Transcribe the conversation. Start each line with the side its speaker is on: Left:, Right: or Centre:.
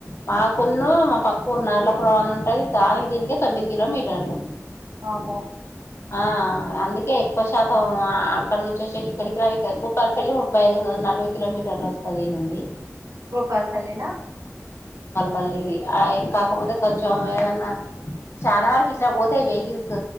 Left: మా మాకు మా పక్క పరు నార్ల ప్రవాణ ఉంటుది దానికి దీనికి తొమ్మిది కిలోమీటర్లు
Right: వామ్మో
Left: ఆ అందుకే ఎక్కువ శాతం అక్కడి నుంచి వచ్చే ఇక్కడికి రా భూపాలపల్లి ముప్పై ఐదు నలభై కిలోమీటర్లు వస్తుది ఈ నుండి
Right: భూపాలపల్లి న
Left: మళ్ళీ ఆ కాకపోతే కొంచెం ఏమన్నా చాలా వరకు ఇట్లా పోతాయి వెహికల్స్